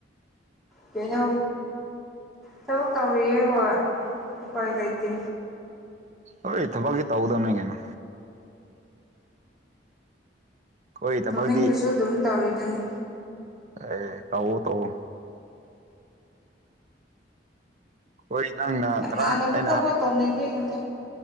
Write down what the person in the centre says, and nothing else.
ꯀꯩꯅꯣ ꯊꯕꯛ ꯇꯧꯔꯤꯌꯦ ꯍꯣꯏ ꯎꯄꯥꯏ ꯂꯩꯇꯦ
ꯊꯧꯅꯤꯡꯗꯁꯨ ꯑꯗꯨꯝ ꯇꯧꯔꯤꯗꯨꯅꯤ
ꯀꯅꯥꯅꯕꯨ
ꯊꯕꯛ ꯇꯧꯅꯤꯡꯗꯣꯏꯅꯣꯗ